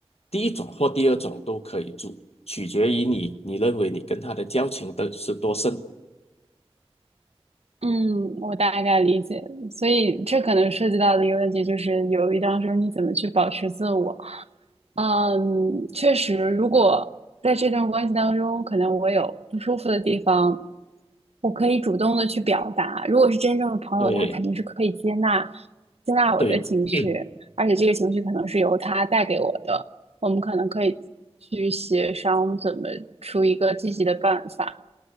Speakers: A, on the left; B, on the right.
A: 第一种或第二种都可以做，取决于你你认为你跟他的交情的是多深。
B: 嗯，我大概理解，所以这可能涉及到的一个问题就是，犹豫当中你怎么去保持自我？嗯，确实，如果在这段关系当中，可能我有不舒服的地方，我可以主动的去表达。如果是真正的朋友，
A: 对
B: 他肯定是可以接纳接纳我的情绪，
A: 对，嗯，
B: 而且这个情绪可能是由他带给我的，我们可能可以去协商怎么出一个积极的办法